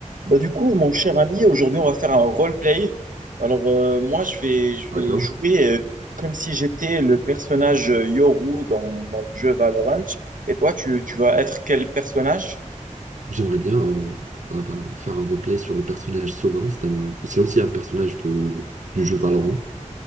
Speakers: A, on the right; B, on the right.
A: Bah, du coup, mon cher ami, aujourd'hui, on va faire un roleplay. Alors, euh, moi, je vais, je
B: D'accord.
A: vais jouer euh, comme si j'étais le personnage euh, Yoru dans, dans le jeu Valorant. Et toi, tu, tu vas être quel personnage?
B: J'aimerais bien euh, ah bah, faire un replay sur le personnage Sova. C'est un- c'est aussi un personnage de, du jeu Valorant.